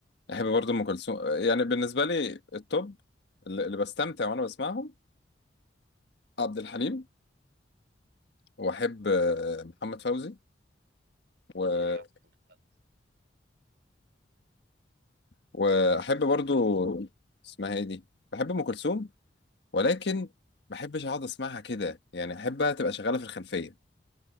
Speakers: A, on the left; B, on the right.
A: احب برضه ام كلثوم يعني بالنسبه لي التوب اللي اللي بستمتع وانا بسمعهم عبد الحليم واحب آه، محمد فوزي و...
B: اه محمد فوزي
A: واحب برضه اسمها ايه دي بحب ام كلثوم ولكن ما بحبش اقعد اسمعها كده يعني احبها تبقى شغاله في الخلفيه